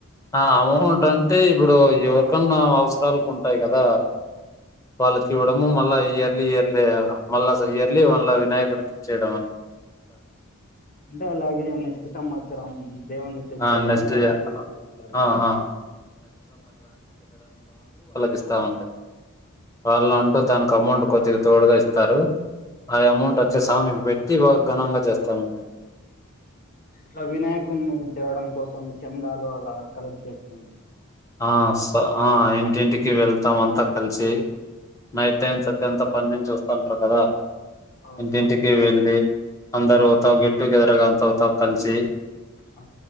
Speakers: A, on the left; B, on the left.
A: ఆ అమౌంట్ అంటే ఇప్పుడు ఎవరికన్నా అవసరాలకు ఉంటాయి కదా వాళ్ళకి
B: ఆ!
A: ఇవ్వడము మళ్ళా ఇయర్ ఇలీ ఇయర్లీ మళ్ళాస ఇయర్లీ మళ్ళ వినాయకునికి ఇచ్చయడం అ
B: అంటే అలాగే నెస్ట్ సంవత్సరం దేవుని తెచ్చేదానికి
A: ఆ నెక్స్ట్
B: ఆ డబ్బు యూస్ చేస్తారండీ
A: ఆ ఆ ఇస్తా ఉండె వాళ్ళు అంటూ దానికి అమౌంట్ కొద్దిగా తోడుగా ఇస్త స్తారు ఆ అమౌంట్ అట్లే సామి వ్యక్తి బా ఘనంగా జేస్త్ స్తానడి
B: ఇట్లా వినాయకుడిని తేవడం కోసం చెందాలు అలా కలెక్ట్ చేస్
A: ఆ స ఆ ఏం ఇంటింటికి వెళ్తాం అంతా కలిసి నైట్ టైమ్స్ అతంత పని నుంచి వస్త స్తంటారు కదా
B: అవునండి
A: ఇంటింటికి వెళ్ళి అందరొవతావ గెట్టుగెదర్గ అంతావుతా కలిసి
B: ఆ!